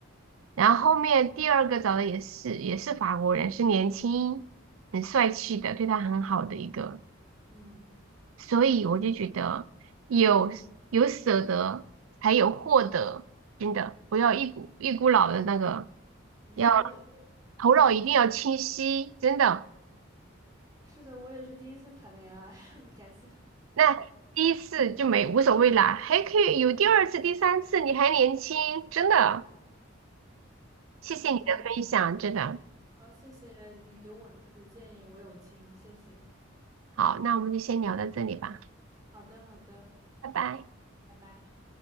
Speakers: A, on the right (about 75°); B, on the right (about 20°).
A: 然后后面第二个找的也是也是法国人，是年轻很帅气的，对他很好的一个。
B: 嗯，
A: 所以我就觉得有有舍得才有获得，真的不要一股一股脑的那个，
B: 你说对，
A: 要
B: 这个
A: 头脑一定要清晰，真的。
B: 是的，我也是第一次谈恋爱，<laughs> 你感谢。
A: 那第一次就没无所谓啦，还可以有第二次、第三次，你还年轻，真的。谢谢你的分享，
B: 嗯，
A: 真的。
B: 好，谢谢你给我的这些建议，我有听，谢谢。
A: 好，那我们就先聊到这里吧，
B: 好的，好的，
A: 拜拜。
B: 拜拜。